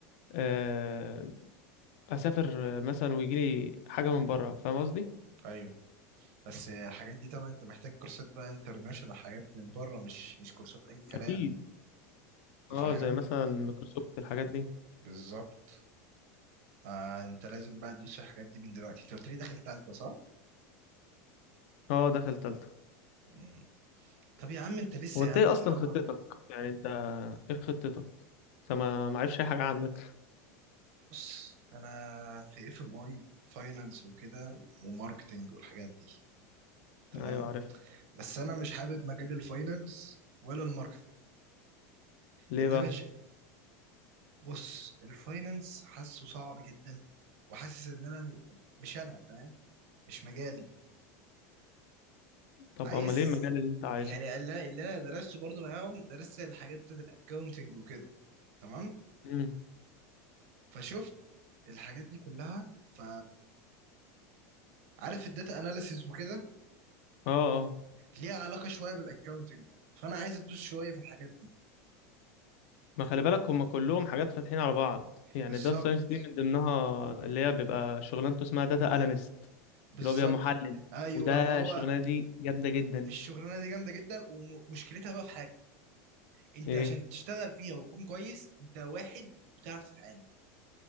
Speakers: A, on the left; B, on the right.
A: آه اسافر مثلا ويجي لي حاجه من بره فاهم قصدي
B: ايوه بس الحاجات دي طبعا انت محتاج كورسات بقى انترناشونال حاجات من بره مش مش كورسات اي كلام
A: اكيد
B: انت
A: اه
B: فاهم
A: زي مثلا مايكروسوفت الحاجات دي
B: بالظبط آه انت لازم بقى تدوس في الحاجات دي من دلوقتي انت قلت لي داخل تالتة صح؟
A: اه داخل تالتة
B: مم. طب يا عم انت لسه
A: هو انت
B: يا عم
A: ايه
B: في
A: اصلا
B: الاول
A: خطتك يعني انت ايه خطتك انت ما ما عارفش اي حاجه عندك
B: بص انا في اف ام اي فاينانس وكده وماركتنج والحاجات دي تمام
A: ايوه عارف
B: بس انا مش حابب مجال الفاينانس ولا الماركتنج
A: ليه
B: اللي
A: بقى
B: انا ج... بص الفاينانس حاسه صعب جدا وحاسس ان انا م- مش انا فاهم مش مجالي
A: طب
B: عايز
A: امال ايه المجال اللي انت عايزه
B: يعني اللي انا اللي انا درسته برضو معاهم درست الحاجات بتاعت الاكاونتنج وكده تمام
A: امم
B: فشفت الحاجات دي كلها ف عارف الداتا اناليسيز وكده
A: اه اه
B: ليها علاقة شوية بالاكاونتنج بقى فانا عايز ادوس شوية في الحاجات دي
A: ما خلي بالك هما كلهم حاجات فاتحين على بعض يعني
B: بالظبط
A: داتا ساينس دي من ضمنها اللي هي بيبقى شغلانته اسمها داتا اناليست
B: بالظبط
A: اللي هو بيبقى محلل
B: ايوه
A: وده
B: ما هو
A: الشغلانه دي جامده جدا
B: الشغلانة دي جامدة جدا ومشكلتها بقى في حاجة انت
A: ايه
B: عشان تشتغل فيها وتكون كويس انت واحد بتعرف تتعامل